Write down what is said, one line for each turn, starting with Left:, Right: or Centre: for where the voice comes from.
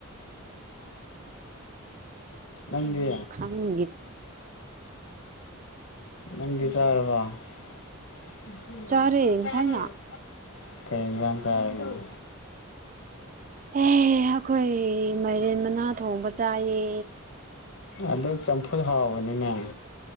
Left: ꯅꯪꯗꯤ
Right: ꯈꯪꯅꯤ
Left: ꯅꯪꯗꯤ ꯆꯥꯔꯕ ꯎꯝ
Right: ꯆꯥꯔꯦ ꯉꯁꯥꯏꯅ
Left: ꯆꯔꯦ ꯀꯩꯖꯥꯟ ꯆꯥꯔꯝꯅ‌ꯣ
Right: ꯑꯦ ꯑꯩꯈꯣꯏ ꯃꯥꯏꯔꯦꯟ ꯃꯅꯥ ꯊꯣꯡꯕ ꯆꯥꯏꯌꯦ
Left: ꯑꯗꯨ ꯆꯝꯐꯨ ꯍꯥꯎꯕꯅꯤꯅꯦ